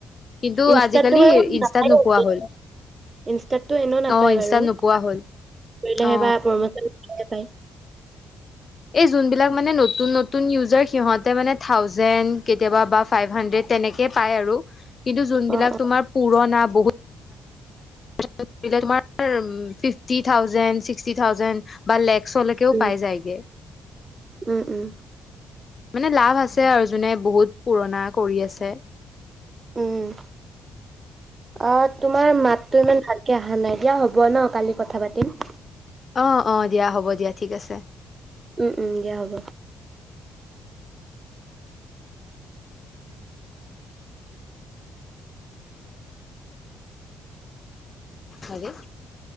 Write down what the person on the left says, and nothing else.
কিন্তু
আজিকালি
ইনষ্টাত নোপোৱা হ'ল
অ ইনষ্টাত
নোপোৱা
হ'ল অ
এই যোনবিলাক মানে নতুন নতুন ইউজাৰ সিহঁতে মানে থাউজেণ কেতিয়াবা বা ফাইভ হান্দ্ৰেড তেনেকে পাই আৰু কিন্তু যোনবিলাক
তোমাৰ পুৰণা বহুত <unintelligible> তোমাৰ ফিফটি থাউজেন ছিক্সটি থাউজেন বা লেষ্ক চলে কেও
পাই যাই গে।
মানে লাভ আছে আৰু যোনে বহুত পুৰণা কৰি আছে।
অ অ দিয়া হ'ব দিয়া ঠিক আছে।
হাৰে